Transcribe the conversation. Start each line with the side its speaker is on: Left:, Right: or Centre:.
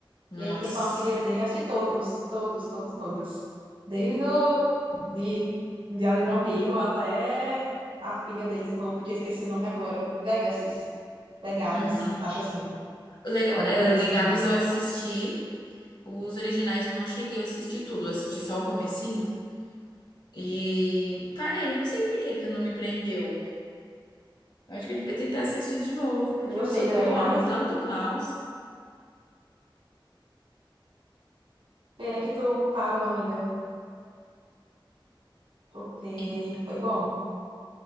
Left: Nossa.
Right: E aí tem com a filha dele, acho que todos, todos, todos, todos. Desde o de Diário de Vampiro até a filha deles, Hope, que eu esqueci o nome agora. Legacies. Legados,
Left: Uhum.
Right: acho assim.
Left: Leg-
Right: Alguma
Left: eh,
Right: coisa
Left: Legados
Right: assim, não.
Left: eu assisti. Os originais eu não cheguei a assistir tudo. Eu assisti só o comecinho. E parei. Não sei por que que não me prendeu. Eu acho que eu devia tentar assistir de novo, porque
Right: Eu
Left: eu
Right: gostei
Left: sou
Right: de
Left: tão-
Right: Heróis
Left: eu amo
Right: Nice.
Left: tanto o Klaus.
Right: Pena que tu parou, amiga, porque
Left: E,
Right: foi bom.